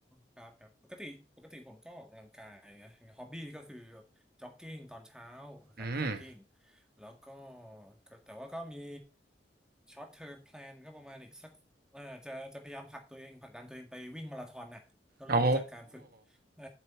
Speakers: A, in the centre; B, on the right.
A: ครับครับปกติปกติผมก็ออกกำลังกายนะฮอบบี้ก็คือจ็อกกิ้งตอนเช้านะครับจ็อกกิ้ง
B: อืม
A: แล้วก็ก็แต่ว่าก็มีช็อตเทอมแพลนก็ประมาณอีกสักเอ่อจะจะพยายามผลักตัวเองผลักดันตัวเองไปวิ่งมาราธอนน่ะก็เริ่มจากการฝึก
B: อ๋อ
A: เออ